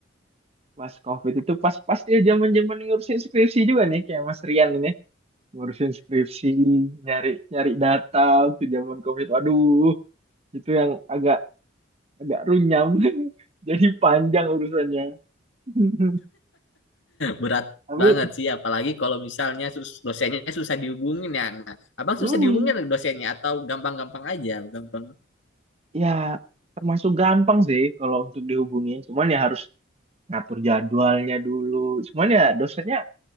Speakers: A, on the right; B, on the left.
A: pas covid itu pas pas dia zaman zaman ngurusin skripsi juga nih kayak Mas Rian ini ngurusin skripsi nyari nyari data waktu zaman covid waduh itu yang agak agak runyam <laughs> jadi panjang urusannya <laughs>
B: Berat
A: tapi
B: banget sih apalagi kalau misalnya sus- dosennya susah dihubungin ya. Nah, abang
A: hmm,
B: susah dihubungin dosennya atau gampang-gampang aja, gampang.
A: ya termasuk gampang sih kalau untuk dihubungin cuman ya harus ngatur jadwalnya dulu. Cuman ya dosennya